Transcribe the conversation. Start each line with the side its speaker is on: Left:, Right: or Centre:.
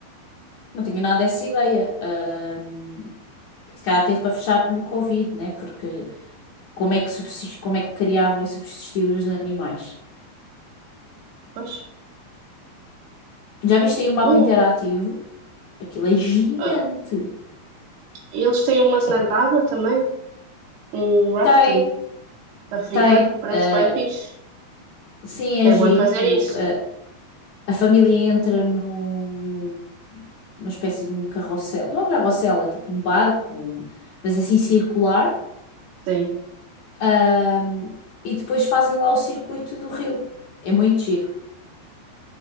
Left: não tinha nada dessa ideia. Ahm, se calhar teve para fechar no Covid, né? Porque como é que subsist... como é que criavam e subsistiam os animais?
Right: Pois.
Left: Já viste aí o mapa
Right: Oh,
Left: interativo? Aquilo é gigante.
Right: ah, eles têm uma cena de água também, um rafting
Left: Tem,
Right: africano,
Left: tem.
Right: parece
Left: ah,
Right: bem fixe.
Left: sim,
Right: Quero
Left: é giro.
Right: bem fazer
Left: Tu,
Right: isso.
Left: ah, a família entra num, num- numa espécie de um carrossel. Não é um carrossel, é tipo um barco, um- mas assim circular.
Right: Sim,
Left: Ahm, e depois fazem lá o circuito do rio. É muito giro.